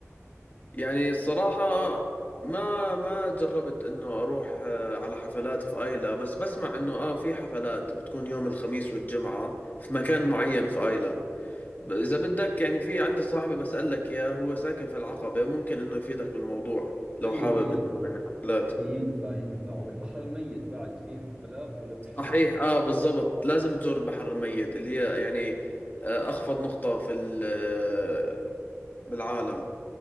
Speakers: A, on the left; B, on the right.
A: يعني الصراحة ما ما جربت انه اروح آه، على حفلات في ايلا بس بسمع انه اه في حفلات بتكون يوم الخميس والجمعة في مكان معين في ايلا ب- اذا بدك يعني في عندي صاحبي بسألك اياه هو ساكن في العقبة ممكن انه يفيدك بالموضوع
B: اي
A: لو حابب
B: شوف اي
A: انه يعني حفلات
B: إي، ينفع ينفع والبحر الميت بعد فيه حفلات ولا وشو؟
A: صحيح اه بالضبط لازم تزور البحر الميت اللي هي يعني آه، اخفض نقطة في ال- آه، بالعالم